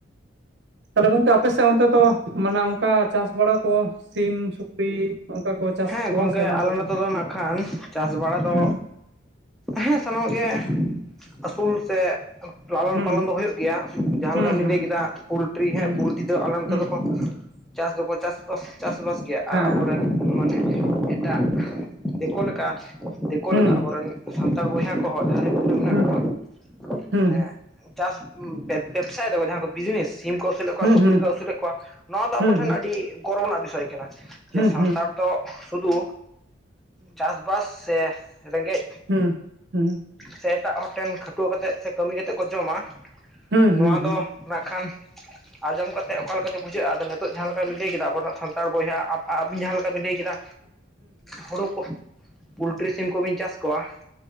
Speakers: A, on the right (about 60°); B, in the centre.
A: ᱛᱟᱦᱚᱞᱮ ᱜᱚᱝᱠᱮ - ᱟᱯᱮᱥᱮᱱ ᱚᱱᱛᱮ ᱫᱚ ᱢᱟᱱᱮ ᱚᱱᱠᱟ ᱪᱟᱥ ᱵᱟᱲᱟ ᱠᱚ ᱥᱤᱢ ᱥᱩᱠᱨᱤ ᱚᱱᱠᱟ ᱠᱚ ᱪᱟᱥ
B: ᱦᱮᱸ
A: ᱠᱚᱣᱟ
B: ᱜᱚᱢᱠᱮ
A: ᱥᱮ ᱵᱟᱝ
B: ᱟᱞᱮ
A: ᱠᱚ
B: ᱱᱚᱛᱮ
A: ᱪᱟᱥ
B: ᱫᱚ
A: ᱠᱚᱣᱟ?
B: ᱱᱟᱜ ᱠᱷᱟᱱ ᱪᱟᱥ ᱵᱟᱲᱟ ᱫᱚ
A: ᱦᱩᱸ
B: ᱦᱮᱸ ᱥᱟᱱᱟᱢᱟᱜ ᱜᱮ ᱟᱹᱥᱩᱞ ᱥᱮ ᱞᱟᱞᱚᱱ
A: ᱦᱩᱸ
B: ᱯᱟᱞᱚᱱ ᱫᱚ ᱦᱩᱭᱩᱜ ᱜᱮᱭᱟ, ᱡᱟᱦᱟᱸ
A: ᱦᱩᱸ
B: ᱞᱮᱠᱟ ᱵᱤᱱ
A: ᱦᱩᱸ
B: ᱞᱟᱹᱭ ᱠᱮᱫᱟ, ᱯᱳᱞᱴᱨᱤ ᱦᱮᱸ
A: ᱦᱩᱸ
B: ᱯᱳᱞᱨᱤ ᱟᱞᱮ ᱱᱚᱛᱮ
A: ᱦᱩᱸ
B: ᱫᱚᱠᱚ ᱪᱟᱥ ᱫᱚᱠᱚ ᱪᱟᱥ ᱵᱟᱥ ᱜᱮᱭᱟ ᱟᱨ
A: ᱦᱮᱸ
B: ᱟᱵᱚᱨᱮᱱ ᱮᱴᱟᱜ ᱫᱤᱠᱩ ᱞᱮᱠᱟ, ᱫᱤᱠᱩ
A: ᱦᱮᱸ
B: ᱞᱮᱠᱟ ᱟᱵᱚᱨᱮᱱ ᱥᱟᱱᱛᱟᱲ ᱵᱚᱭᱦᱟ ᱠᱚ ᱢᱟᱱᱮ
A: ᱦᱩᱸ ᱦᱩᱸ
B: ᱢᱟᱱᱮ ᱪᱟᱥ ᱵᱮᱵᱥᱟ ᱮᱫᱟ ᱡᱟᱦᱟᱸ ᱠᱚ ᱵᱤᱡᱽᱱᱮᱥ ᱥᱤᱢ ᱠᱚ ᱟᱹᱥᱩᱞᱮᱫ ᱠᱚᱣᱟ,
A: ᱦᱩᱸ ᱦᱩᱸ
B: ᱥᱩᱠᱨᱤ
A: ᱦᱩᱸ
B: ᱠᱚ ᱟᱹᱥᱩᱞᱮᱫ ᱠᱚᱣᱟ, ᱱᱚᱣᱟ ᱫᱚ ᱟᱵᱚ
A: ᱦᱩᱸ
B: ᱴᱷᱮᱱ
A: ᱦᱩᱸ ᱦᱩᱸ
B: ᱟᱹᱰᱤ ᱜᱚᱨᱚᱵᱽᱱᱟᱜ ᱵᱤᱥᱚᱭ ᱠᱟᱱᱟ ᱾ ᱡᱮ
A: ᱦᱩᱸ
B: ᱥᱟᱱᱛᱟᱲ
A: ᱦᱩᱸ ᱦᱩᱸ ᱦᱩᱸ
B: ᱫᱚ ᱥᱩᱫᱷᱩ ᱪᱟᱥᱵᱟᱥ ᱥᱮ ᱨᱮᱸᱜᱮᱡ
A: ᱦᱮᱸ, ᱦᱮᱸ ᱾
B: ᱥᱮ ᱮᱴᱟᱜ ᱦᱚᱲ ᱴᱷᱮᱱ ᱠᱷᱟᱹᱴᱣᱟᱹ ᱠᱟᱛᱮ ᱥᱮ ᱠᱟᱹᱢᱤ ᱠᱟᱛᱮ ᱠᱚ ᱡᱚᱢᱟ᱾
A: ᱦᱩᱸ
B: ᱱᱚᱣᱟ
A: ᱦᱩᱸ ᱦᱩᱸ ᱦᱩᱸ ᱦᱩᱸ ᱦᱩᱸ ᱦᱩᱸ ᱦᱩᱸ ᱦᱩᱸ ᱦᱩᱸ ᱦᱩᱸ ᱦᱩᱸ ᱦᱩᱸ ᱦᱩᱸ ᱦᱩᱸ ᱦᱩᱸ
B: ᱫᱚ ᱠᱷᱟᱱ ᱟᱸᱡᱚᱢ ᱠᱟᱛᱮᱫ ᱚᱠᱟ ᱞᱮᱠᱟ ᱛᱮ ᱵᱩᱡᱷᱟᱹᱜᱼᱟ, ᱟᱫᱚ ᱱᱤ ᱛᱚᱜ ᱡᱟᱦᱟᱸ ᱞᱮᱠᱟ ᱵᱤᱱ ᱞᱟᱹᱭ ᱠᱮᱫᱟ, ᱟᱵᱚ ᱥᱟᱱᱛᱟᱲ ᱵᱚᱭᱦᱟ ᱟᱹᱵᱤᱱ ᱡᱟᱦᱟᱸ ᱞᱮᱠᱟ ᱵᱤᱱ ᱞᱟᱹᱭ ᱠᱮᱫᱟ ᱦᱩᱲᱩ ᱠᱚ ᱯᱳᱞᱴᱨᱤ ᱥᱤᱢ ᱠᱚᱵᱤᱱ ᱪᱟᱥ ᱠᱚᱣᱟ,